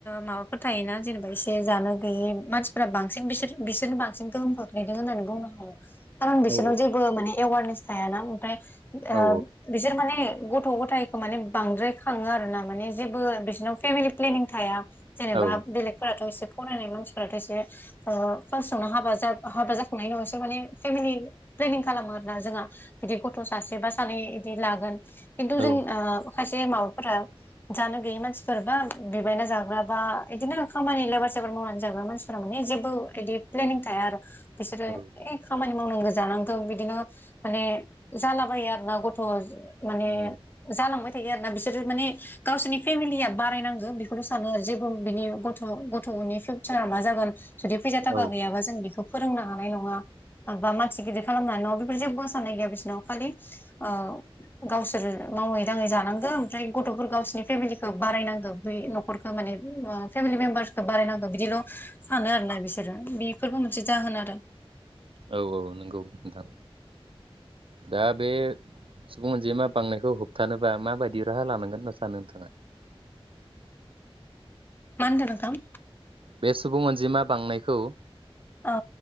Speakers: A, on the left; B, on the right.
A: माबाफोर थायोना जेनेबा एसे जानो गैयै मानसिफोरा बांसिन बिसोर बिसोरनो बांसिन गोहोम खोख्लैदों होननानै बुंनो हायो। खारन बिसोरनाव
B: औ
A: जेबो माने एवारनेस थायाना फ्राय ओ
B: औ
A: बिसोर माने गथ' गथायखौ माने बांद्राय खाङो आरो ना माने जेबो बिसिोरनाव फेमिलि प्लेनिं थाया जेनेबा
B: औ
A: बेलेगफोराथ' फरायनाय मानसिफोराथ' एसे ओ फार्स्टआवनो हाबा हाबा जाखांनायनि उनावसो माने फेमिलि प्लेनिं खालामो आर ना जोंहा बिदि गथ' सासे बा सानै बिदि लागोन खिनथु जों
B: औ
A: ओ खायसे माबाफोरा जानो गैयै मानसिफोर बा बिबायना जाग्रा बा बिदिनो खामानि लेबार सेबार मावनानै जाग्रा मानसिफोरा माने जेबो बिदि प्लेनिं थाया आरो। बिसोरो
B: औ
A: ए खामानि मावनांगौ जानांगौ बिदिनो माने जालाबायो आरो ना गथ' माने
B: उम
A: जालांबाय थायो आरोना बिसोरो माने गावसोरनि फेमिलिया बारायनांगौ बेखौनो' सानो आरो जेबो बिनि गथ' गथ'नि फिउचारा मा जागोन जुदि फैसा थाखा
B: औ
A: गैयाबा जों बेखौ फोरोंनो हानाय नङा बा मानसि गिदिर खालाम हानाय नङा बेफोर जेबो साननाय गैया बिसोरनाव खालि ओ गावसोरो मावै दाङै जानांगो ओमफ्राय गथ'फोर गावसिनि फेमिलिखौ बारायनांगौ बे न'खरखौ माने फेमिलि मेम्बार्खौ बारायनांगौ बिदिल' सानो आरोोना बिसोरो बेफोरबो मोनसे जाहोन आरो।
B: औ औ नंगौ नोंथां दा बे सुबुं अनजिमा बांनायखौ होबथानोबा माबायदि राहा लानांगोन होनना सानो नोंथाङा?
A: मा होनदों नों थां?
B: बे सुबुं अनजिमा बांनायखौ
A: औ